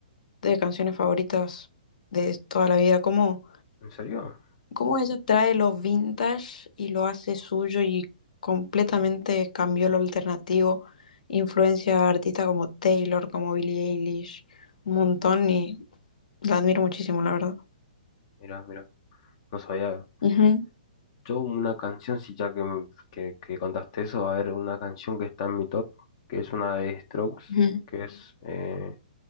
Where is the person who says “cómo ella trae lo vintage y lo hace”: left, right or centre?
Left